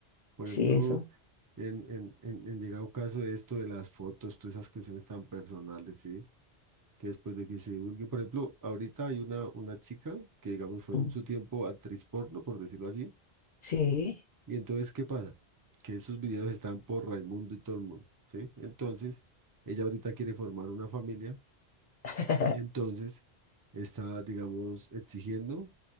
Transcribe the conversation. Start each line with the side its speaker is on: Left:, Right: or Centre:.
Right: Por
Left: Sí,
Right: ejemplo,
Left: eso.
Right: en, en, en, en llegado caso de esto de las fotos, todas esas cuestiones tan personales, ¿sí? Que después de que se divulgue, por ejemplo, ahorita hay una, una chica que, digamos, fue
Left: Mm,
Right: en su tiempo actriz porno, por decirlo así
Left: Sí.
Right: y entonces, ¿qué pasa? Que esos videos están por Raimundo y todo el mundo, ¿sí? Entonces, ella ahorita quiere formar una familia
Left: <laughs>
Right: y entonces está, digamos, exigiendo